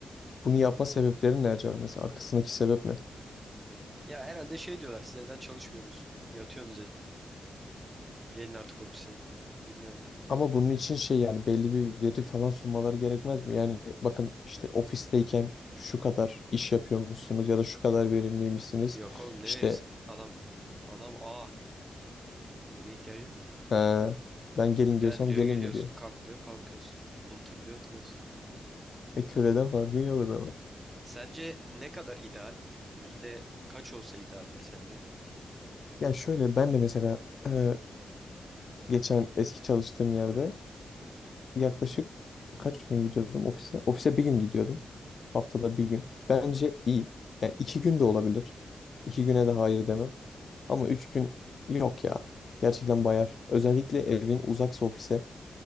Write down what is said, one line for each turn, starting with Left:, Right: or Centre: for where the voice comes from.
Left: bunu yapma sebepleri ne acaba? Mesela arkasındaki sebep ne?
Right: Ya herhalde şey diyorlar siz evden çalışmıyorsunuz. Yatıyorsunuz Gelin artık ofise. İbneler.
Left: Ama bunun için şey yani belli bir veri falan sunmaları gerekmez mi? Yani bakın işte ofisteyken şu kadar iş yapıyormuşsunuz ya da şu kadar verimliymişsiniz.
Right: Yok oğlum ne
Left: İşte
Right: verirsin? Adam adam aa veriye ihtiyacım var.
Left: Ha, ben gelin
Right: Gel
Left: diyorsam
Right: diyor
Left: gelin
Right: geliyoruz.
Left: mi diyor.
Right: Kalk diyor kalkıyoruz. Otur diyor oturuyoruz.
Left: E köleden farkı yok o zaman.
Right: Sence ne kadar ideal? Yüzde kaç olsa idealdir sence?
Left: Ya şöyle ben de mesela e, geçen eski çalıştığım yerde yaklaşık kaç gün gidiyordum ofise? Ofise bir gün gidiyordum. Haftada bir gün. Bence iyi. Yani iki gün de olabilir. İki güne de hayır demem. Ama üç gün yok ya. Gerçekten bayar. Özellikle evin uzaksa ofise.